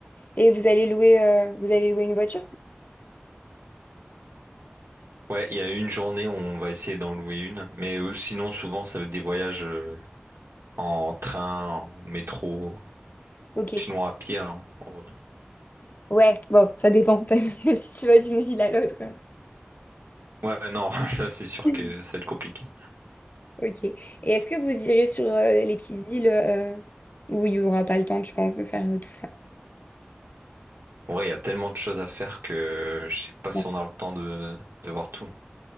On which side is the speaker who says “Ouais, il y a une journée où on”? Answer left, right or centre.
Right